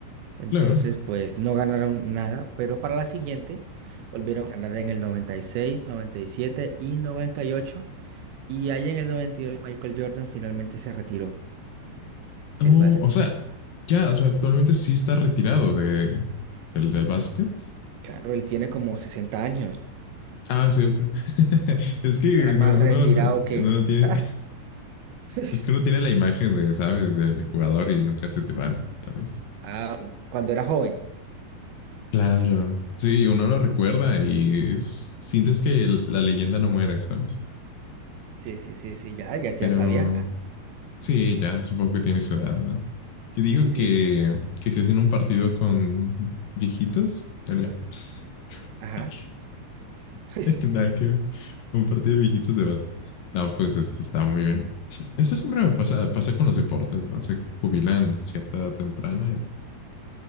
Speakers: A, on the right; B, on the left.
A: Entonces,
B: Claro.
A: pues no ganaron nada, pero para la siguiente volvieron a ganar en el 96, 97 y 98. Y noventa y ocho. Y ahí en el 98 Michael Jordan finalmente se retiró del
B: Oh,
A: básquet.
B: o sea, ya, o sea, actualmente sí está retirado de. ¿Del, del básquet?
A: Claro, él tiene como 60 años.
B: Ah, cierto. <laughs> Es que
A: Está más
B: uno,
A: retirado
B: uno, no- es que
A: que...
B: uno no tiene,
A: ¡Ja! <laughs>
B: es que uno tiene la imagen de, ¿sabes? Del jugador y nunca se te va, ¿sabes?
A: Ah, cuando era joven.
B: Claro, sí, uno lo recuerda y s- sientes que el- la leyenda no muere, ¿sabes?
A: Sí, sí, sí, sí, ya, ya, ya
B: Pero
A: está vieja.
B: sí, ya supongo que tiene su edad, ¿no? Yo digo
A: Sí, sí,
B: que,
A: tr-
B: que si hacen un partido con viejitos, Olga, <laughs>
A: ajá. <laughs>
B: nada que ver, un partido de viejitos de base. No, pues este está muy bien. Eso siempre me pasa, pasa con los deportes, ¿no? Se jubilan cierta edad temprana y,